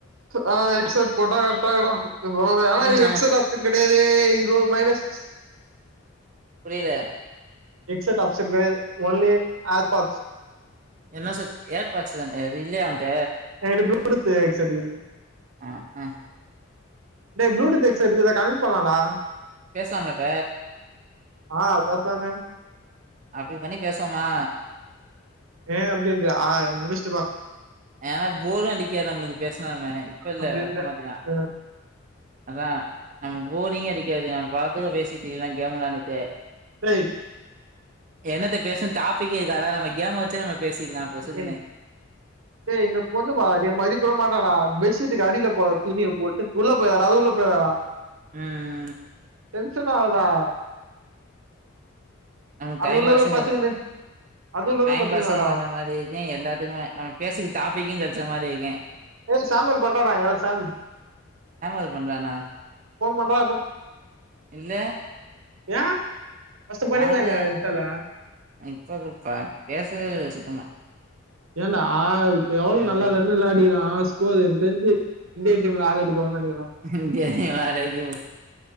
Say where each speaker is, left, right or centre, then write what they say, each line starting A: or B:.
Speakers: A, on the right; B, on the right.
A: ஆ ஹெட்செட் போட்டா கரெட்டாக்குடா <unintelligible> இப்போ ஆனா
B: ம்
A: இத்ல ஹெட்செட்
B: ஆமா
A: ஆப் ஷென் கெடயாதே இது ஒரு மைனஸ்
B: புரில
A: ஹெட்செட் ஆப்ஷன் கெடையாது ஒன்லி ஏர்பாட்ஸ்
B: என்னா செட் ஏர்பாட்ஸு தான இல்லையா உன்ட்ட
A: எங்கிட்ட ப்ளுடூத்து ஹெட்செட்டுகிது
B: அக்அ
A: டேய் ப்ளூடூத் எட்செட் இதுல கனெட் பண்ணலான்டா
B: பேஸ்லாம்ல இப்ப
A: ஆ பேஸ்லாமே
B: அப்டி பண்ணி பேஸ்வோமா
A: ஏன் அப்டின்றியா இது முடிஷ்
B: ஏன்னா போரு அடிக்காது நம்ளுக்கு பேசுனால்மே இப்ப இல்ல
A: அப்படின்ட்டு
B: அப்றமாட்டி தா
A: அஹ்
B: அதா நமக் போரிங்கே அடிக்காது நம்பாட்டுக்கு பேசிட்டுக்கிலா கேமு விளாண்டுட்டே
A: <unintelligible>
B: என்னத்த பேசன் டாப்பிக்கே இருக்காதா நம்ம கேம வச்சே நம்ம பேசிட்லாம் பொசுக்குனு
A: டேய், டேய் இந்த பொண்ணு பா டா என்ன மதிக்கூய மாட்டாடா பெஷீட்டுக்கு அடியில போ துணிய போட்டு உள்ள போய்ராடா அது உள்ள போய்ராடா
B: அ
A: டென்ஸன் ஆவ்த்ரா
B: நானு
A: அது
B: டைம்
A: உள்ள
B: பாசு
A: போய் பத்துக்கின்னு
B: நெனச்சேன்
A: அது உள்ள போய்
B: டைம்
A: பத்துக்கினாடா
B: பாசு வெளயாண்ட மாரி யே எல்லாத்துக்குமே நம்ம பேசுக்கு டாப்பிக்கும் கெடைச்ச மாரி இருக்கும்
A: ஏஸ் சாமல் பண்டானா சாம்
B: ஊருக்கு வந்தானா
A: ஃபோன் பண்றா
B: இல்ல
A: ஏ ஃபஸ்ட்டு பண்ணிருந்தலடா
B: நாங்க
A: ஏத்தால
B: இப்ப கூப்டா பேசுவேயில்ல சுத்தமா
A: ஏன்டா ஆ இப்ப எவ்ளவு
B: தெர்லை
A: நல்லாத விளாடிக்கிறான் ஸ்கோர் தெரிஞ்சு இந்திய டீம்ல ஆள் எடுப்பாங்கன்னு நினைக்கிறே
B: <unintelligible>